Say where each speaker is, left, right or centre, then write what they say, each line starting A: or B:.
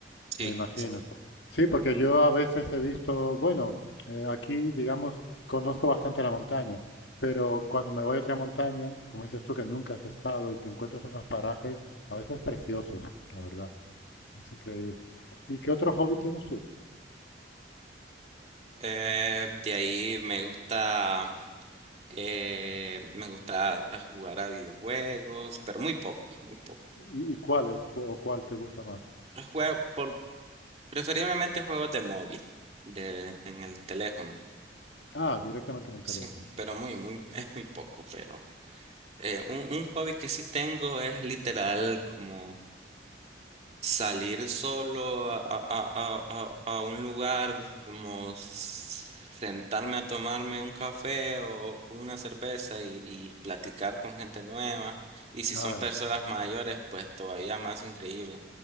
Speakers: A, on the right; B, on the left.
A: Sí,
B: Me imagino.
A: es increíble.
B: Sí, porque yo a veces he visto, bueno, eh, aquí, digamos, conozco bastante la montaña, pero cuando me voy a otra montaña, y como dices tú que nunca has estado y te encuentras unos parajes a veces preciosos, la verdad, es increíble. ¿Y qué otro hobby tienes tú?
A: Eh, de ahí me gusta. Eh, me gusta jugar a videojuegos, pero muy poco, muy poco.
B: ¿Y, y cuál es, cu- o cuál te gusta más?
A: Juego por, preferiblemente juegos de móvil, de, en el teléfono.
B: Ah, directamente en el
A: Sí,
B: teléfono, sí.
A: pero muy, muy, es muy poco, pero eh, un, un hobby que sí tengo es literal como salir solo a, a- a- a- a un lugar, como s- sentarme a tomarme un café o una cerveza y, y platicar con gente nueva. Y si
B: Ah,
A: son personas mayores, pues todavía más increíble.